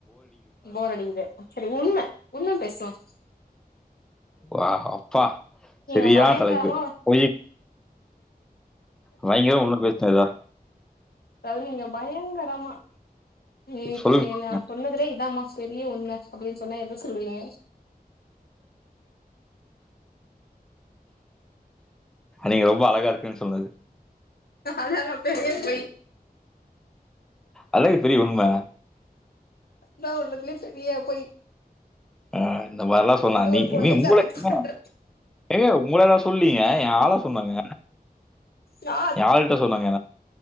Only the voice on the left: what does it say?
போர் அடிக்குது சரி உண்ம உண்ம பேசணும்
நீங்க
பயங்கரமா
அதாவது நீங்க பயங்கரமா நீ இப்ப
நீங்க
என்ன நான் சொன்னதுலே இதாமா பெரிய உண்ம அப்டின்னு சொன்னா எத சொல்லுவீங்க
அதுதான் பெரிய பொய்
அதான் உலகத்திலே பெரிய பொய்
இந்த
ஒரு பொண்ணே
கரெக்ட்
பண்ற
நா